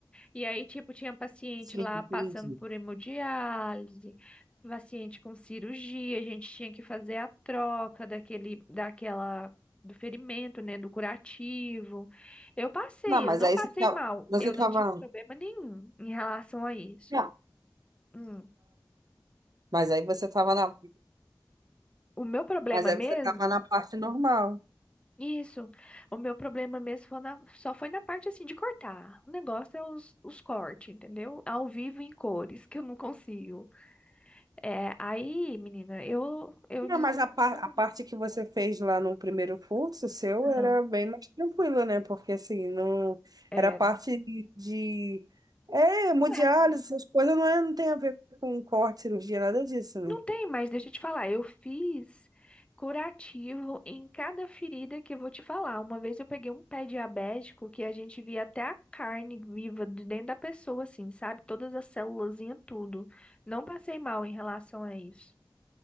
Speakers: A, on the left; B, on the right.
A: E aí, tipo, tinha paciente
B: sim,
A: lá
B: entendi.
A: passando por hemodiálise, paciente com cirurgia, a gente tinha que fazer a troca daquele, daquela, do ferimento, né, do curativo. Eu passei,
B: Não, mas
A: eu não
B: aí
A: passei
B: você tava.
A: mal,
B: Você
A: eu
B: tava...
A: não tive problema nenhum em relação a isso.
B: Não,
A: Hum,
B: mas aí você tava na.
A: O meu problema
B: Mas aí
A: mesmo,
B: você tava na parte normal.
A: isso, o meu problema mesmo foi na- só foi na parte, assim, de cortar. O negócio é os, os cortes, entendeu? Ao vivo em cores, que eu não consigo. É, aí, menina, eu, eu
B: Não,
A: desisti.
B: mas a, par-
A: de conta
B: a parte
A: disso.
B: que você fez lá no primeiro curso seu
A: Ah,
B: era bem mais tranquila, né? Porque assim, não
A: era.
B: era parte de de- é, hemodiálise,
A: Não era, menina.
B: essas coisas não, é, não tem a ver com corte, cirurgia, nada disso, né?
A: Não tem, mas deixa eu te falar. Eu fiz curativo em cada ferida que eu vou te falar. Uma vez eu peguei um pé diabético que a gente via até a carne viva de dentro da pessoa, assim, sabe? Todas as células, tudo. Não passei mal em relação a isso.